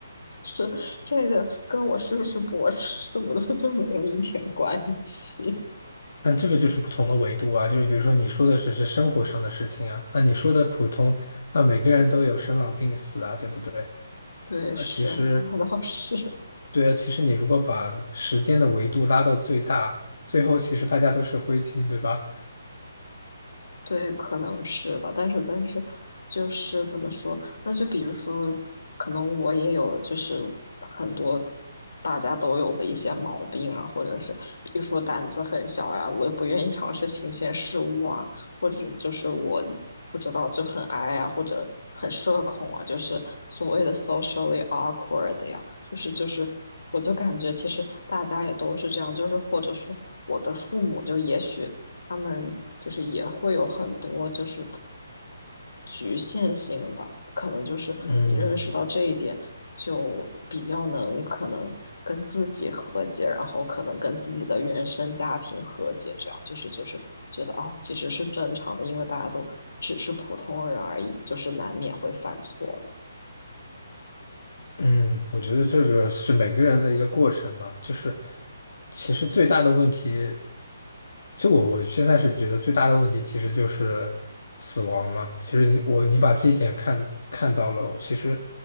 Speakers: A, on the left; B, on the left.
A: 是这个跟我是不是博士什么的就没有一点关系。
B: 但这个就是不同的维度啊，就是比如说你说的只是生活上的事情啊，那你说的普通，那每个人都有生老病死啊，对不对？
A: 对，
B: 那其实，
A: 是，<laughs> 那倒是，
B: 对啊，其实你如果把时间的维度拉到最大，最后其实大家都是灰烬，对吧？
A: 对，可能是吧，但是但是就是怎么说？那就比如说，可能我也有就是很多大家都有的一些毛病啊，或者是比如说胆子很小呀、我也不愿意尝试新鲜事物啊，或者就是我不知道就很 i 呀、或者很社恐啊，就是所谓的 socially awkward 呀，就是就是，我就感觉其实大家也都是这样，就是或者说我的父母就也许。他们就是也会有很多就是局限性吧，可能就是你认识到这一点，
B: 嗯
A: 就比较能可能跟自己和解，然后可能跟自己的原生家庭和解，这样就是就是觉得哦，其实是正常的，因为大家都只是普通人而已，就是难免会犯错嘛。
B: 嗯，我觉得这个是每个人的一个过程吧，就是其实最大的问题。就我我现在是觉得最大的问题其实就是死亡嘛。其实你我你把这一点看看到了，其实